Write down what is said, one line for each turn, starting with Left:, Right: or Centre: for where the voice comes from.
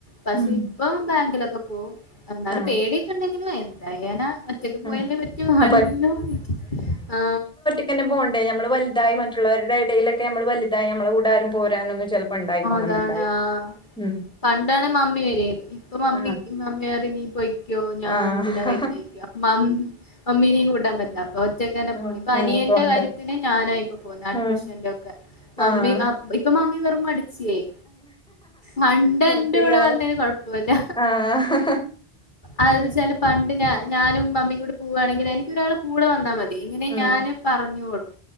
Left: പക്ഷെ
Centre: ഉം
Left: ഇപ്പൊ ബാങ്കിലൊക്കെ പോവും എന്നാലും
Centre: ആഹ്
Left: പേടിയൊക്കെ ണ്ടെങ്കിലും എന്തായന ഒറ്റക് പോയേല്ലേ
Centre: ഉം.
Left: പറ്റു
Centre: ആഹ്
Left: ആരുല്ലല്ലോ ആ
Centre: റ്റക്കെന്നെ പോണ്ടേ നമ്മള് വലുതായി മറ്റുള്ളവരുടെ ഇടയിലൊക്കെ നമ്മൾ വലുതായി നമ്മള കൂടാരും പോരാനൊന്നും ചെലപ്പോ ഇണ്ടായിക്കോണംന്നുണ്ടാവില്ല.
Left: <unintelligible>
Centre: ഉം
Left: പണ്ടാണെ മമ്മി വരയെയ്ന് ഇപ്പൊ മമ്മി
Centre: ആഹ്
Left: മമ്മിയറി നീ പൊയ്ക്കോ ഞാൻന്തിനാ
Centre: ആഹ്
Left: വരുന്നെ മാം മമ്മി നിം കൂട്ടാൻ പറ്റില്ല അപ്പൊ ഒറ്റക്കെന്നെ
Centre: ഉം
Left: പോണം ഇപ്പൊ
Centre: ഉം
Left: അനിയന്റെ
Centre: പോണ്ടേ.
Left: കാര്യത്തിന് ഞാനായി ഇപ്പോ പോന്നെ അഡ്മിഷൻ
Centre: ഉം
Left: എന്റെ ഒക്കെ മമ്മി
Centre: ആഹ്
Left: ഇപ്പൊ മമ്മി വെറും മടിച്ചിയായി പണ്ട്
Centre: ഇപ്പ
Left: എന്റെ
Centre: ഇയാള്
Left: കൂടെ വന്നേന് കൊഴപ്പമില്ല
Centre: ആഹ്
Left: അത്ന്ന്
Centre: ഉം
Left: വെച്ചാല് പണ്ട് ഞാനും മമ്മിയും കൂടി പോവാണെങ്കിൽ എനിക്ക് ഒരാള് കൂടെ വന്നാ മതി ഇങ്ങനെ
Centre: ഉം
Left: ഞാന് പറഞ്ഞോളും